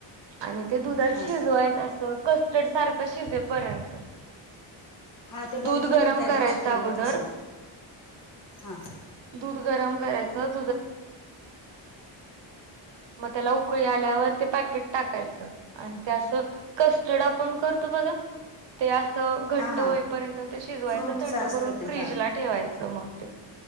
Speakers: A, on the right; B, on the left.
A: आणि ते दुधात
B: हां
A: शिजवायचं असं कस्टर्ड सारखं शिजेपर्यंत-
B: हा ते
A: दूध
B: बघितलं
A: गरम
B: तू त्या
A: करायचं
B: दिवशी केलं
A: अगोदर
B: तसं हा.
A: दूध गरम करा मग त्याला उकळी आल्यावर ते पॅकेट टाकायचं आणि त्या असं कस्टर्ड आपण करतो बघा ते अ स घट्ट
B: हां हां
A: होईपर्यंत तेन शिजवायचं
B: फ्रूटचं
A: थंड
B: असतं
A: करून
B: ते
A: फ्रीज
B: हां
A: ला ठेवायचं मग ते.